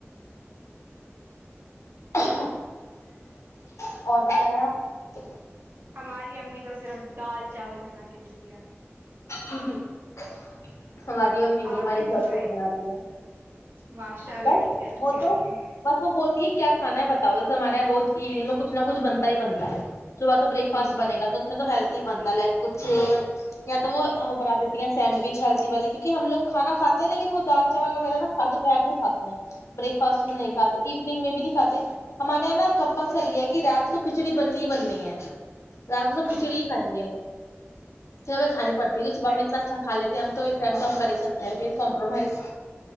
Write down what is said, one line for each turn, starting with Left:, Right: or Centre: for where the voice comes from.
Left: <inaudible> اور بتائیں آپ
Right: ہماری امی تو صرف دال چاول بنا کے دیتی ہے ہمیں
Left: ہ ہ <unintelligible> ہماری امی
Right: آپ
Left: ہمارے
Right: کی
Left: لیے
Right: تو
Left: بہت
Right: بھائی
Left: کچھ بنا د ہے
Right: ماشاء اللہ
Left: بس
Right: کتنی اچھی
Left: وہ تو
Right: ممی ہے
Left: بس وہ بولتی ہے کیا کھا ہے بتاؤ جیسے ہمارے یہاں روز ایوننگ میں کچھ نہ کچھ بنتا ہی بنتا ہے صبح تو بریک فاسٹ
Right: جی جی
Left: بنے گ تو اس میں تو ہیلتھ بنتا لائک کچھ <inaudible> یا تو وہ بنا دیتی ہیں سینڈوچ ہلسی والے کیونکہ لو کھانا کھے ہیں لیکن وہ دال چاول وغیرہ نہ کھادو پیر میں کھے ہیں بریک فاسٹ میں
Right: جی
Left: نہیںھاتے
Right: جی
Left: ایوننگ میں بھی نہیں کھاتے ہمارے یہ نا کمپل سری ہے کہ رات کو کچ کچھڑی بننی بننی ہے رات میں تو
Right: او
Left: کھچڑی
Right: ہو
Left: ہی کھائیں گے س میں کھانی پڑتی ہے صبح
Right: صحیح
Left: میں اتنا اچھا لیتے <inaudible> ہم تو ایک ٹائم تو کم کر ہی سکتے ہیں پھر کمپرومائز